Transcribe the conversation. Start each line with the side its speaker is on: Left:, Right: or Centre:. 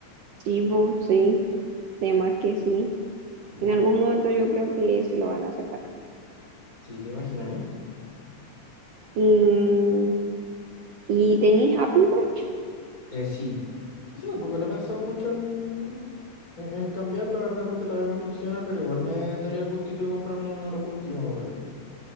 Right: Sí, po, sí, de más que sí.
Left: Sí,
Right: En algún momento yo creo que sí lo van a sacar.
Left: Sí, ¿te imaginas ahí?
Right: Y, y tenéis Apple Watch.
Left: Eh, sí. Eso tampoco lo he pensado mucho en, en, en cambiar, la verdad, porque todavía me funciona, pero igual me daría el gustito de comprarme uno de los últimos, weón.